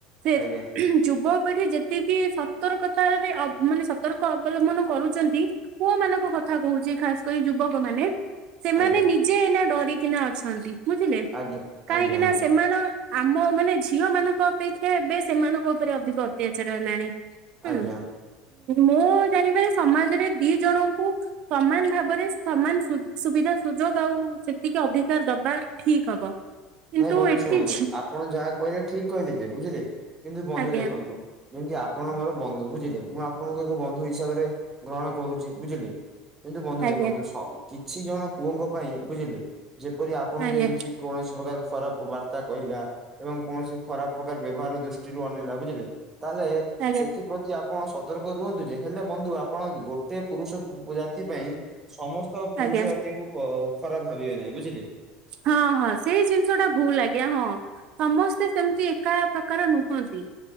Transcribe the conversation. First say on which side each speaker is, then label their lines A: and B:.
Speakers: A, on the right; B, on the right.
A: ସେ
B: ଆଜ୍ଞା
A: ଯୁବପିଢ଼ି ଯେତିକି ସତର୍କତାରେ ଅ ସତର୍କ ସତର୍କ ଅବଲମ୍ବନ କରୁଛନ୍ତି ପୁଅ ମାନଙ୍କ କଥା କହୁଛି ଖାସ କରି ଯୁବକ ମାନେ ସେମାନେ
B: ଆଜ୍ଞା
A: ନିଜେ ଏଇନା ଡରିକିନା ଅଛନ୍ତି ବୁଝିଲେ
B: ଆଜ୍ଞା
A: କାହିଁକିନା
B: ଆଜ୍ଞା ଆଜ୍ଞା
A: ସେମାନେ ଆମ ମାନେ ଝିଅ ମାନଙ୍କ ଅପେକ୍ଷା ଏବେ ସେମାନଙ୍କ ଉପରେ ଅଧିକ ଅତ୍ୟାଚାର ହେଲାଣି। ହୁଁ
B: ଆଜ୍ଞା।
A: ମୁଁ ଜାଣିବାରେ ସମାଜରେ ଦି ଜଣଙ୍କୁ ସମାନ ଭାବରେ ସମାନ ସୁ ସୁବିଧା ସୁଯୋଗ ଆଉ ସେତିକି ଅଧିକାର ଦବା ଠିକ୍ ହବ। କିନ୍ତୁ
B: ନାଇଁ ବନ୍ଧୁ
A: ଏଠି
B: ଶୁଣନ୍ତୁ
A: ଝି
B: ଆପଣ ଯାହା କହିଲେ ଠିକ କହିଲେ ଯେ ବୁଝିଲେ କିନ୍ତୁ ବନ୍ଧୁ
A: ଆଜ୍ଞା
B: ଦେଖନ୍ତୁ ଯେମିତି ଆପଣ ମୋର ବନ୍ଧୁ ବୁଝିଲେ ମୁଁ ଆପଣଙ୍କୁ ଏକ ବନ୍ଧୁ ହିସାବରେ ଗ୍ରହଣ କରୁଛି ବୁଝିଲେ। କିନ୍ତୁ ବନ୍ଧୁ
A: ଆଜ୍ଞା
B: ଦେଖନ୍ତୁ ସ କିଛି ଜଣ ପୁଅଙ୍କ ପାଇଁ ବୁଝିଲେ ଯେପରି ଆପଣଙ୍କୁ
A: ଆଜ୍ଞା
B: ଯଦି କି କୌଣସି ପ୍ରକାର ଖରାପ ବାର୍ତ୍ତା କହିଲା ଏବଂ କୌଣସି ଖରାପ ପ୍ରକାର ବ୍ୟବହାର ଦୃଷ୍ଟିରୁ ଅନେଇଲା ବୁଝିଲେ। ତାହେଲେ
A: ଆଜ୍ଞା
B: ସେଥିପ୍ରତି ଆ ଆପଣ ସତର୍କ ରୁହନ୍ତୁ ଯେ ହେଲେ ବନ୍ଧୁ ଆପଣ ଗୋଟେ ପୁରୁଷ ଜାତି ପାଇଁ ସମସ୍ତ ତ ପୁରୁଷ
A: ଆଜ୍ଞା
B: ଜାତିଙ୍କୁ ଖରାପ ଭାବିବେ ନାହିଁ ବୁଝିଲେ।
A: ହଁ ହଁ ସେଇ ଜିନିଷ ଟା ଭହୁଲ ଆ୍ଞା ହଁ। ସମସ୍ତେ ସେମିତି ଏକା ପ୍ରକାର ନୁହନ୍ତି।